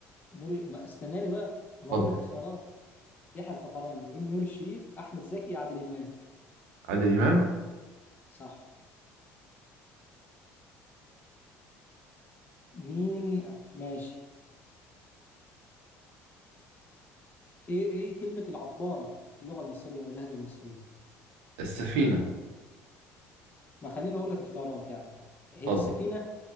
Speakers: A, on the left; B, on the right.
A: نور ما استناني بقى ما
B: اتفضل
A: أقول لك الخيارات يحيى الفخراني نور الشريف أحمد زكي عادل إمام
B: عادل إمام
A: صح مين ماشي ايه ايه كلمة العبارة في اللغة المصرية او اللهجة المصرية
B: السفينة
A: ما خليني اقول لك الخيارات يعني هي
B: اتفضل
A: السفينة